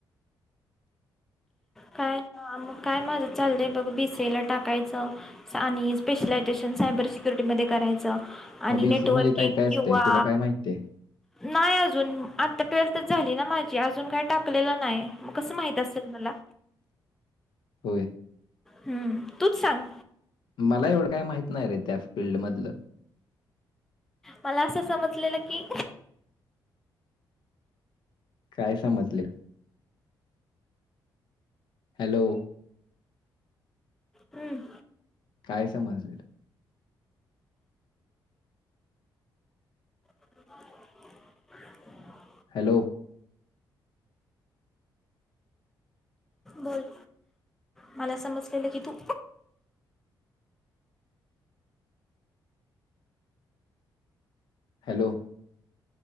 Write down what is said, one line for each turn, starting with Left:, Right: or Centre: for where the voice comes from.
Centre: काय अ म काय माझ चालय बघ, बीसीए ला टाकायचं आणि स्पेशलायझेशन सायबर सिक्युरिटीमध्ये करायचं. आणि
Left: मग बीसीए
Centre: नेटवर्किंग
Left: मध्ये काय काय असतंय?
Centre: किंवा
Left: तुला काय माहिती आहे?
Centre: नाही अजून आता ट्वेल्थच झाली ना माझी अजून काही टाकलेलं नाही. मग कसं माहित असेल मला
Left: हो
Centre: हम्म तूच सांग
Left: मला एवढं काही माहित नाही रे त्या फीलल्डमधलं
Centre: मला असं समजलेलं की,
Left: काय समजले? हॅलो
Centre: हम्म
Left: काय समजले,
Centre: <unintelligible>
Left: हॅलो
Centre: बोल मला समजलेलं की तू,
Left: हॅलो